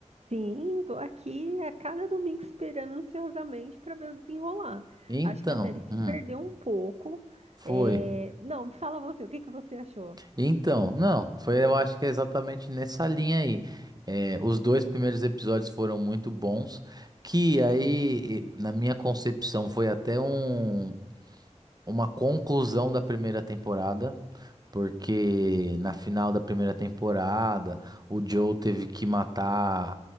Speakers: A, on the right (about 60°); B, on the right (about 35°).
A: Sim, tô aqui a cada domingo esperando ansiosamente para ver o desenrolar.
B: Então,
A: Acho que a série se
B: hum,
A: perdeu um pouco.
B: foi.
A: É, Não, me fala você, o que que você achou?
B: Então, não, foi, eu acho que é exatamente nessa linha aí. É, os dois primeiros episódios foram muito bons, que aí, e- na minha concepção, foi até um uma conclusão da primeira temporada, porque na final da primeira temporada o Joe teve que matar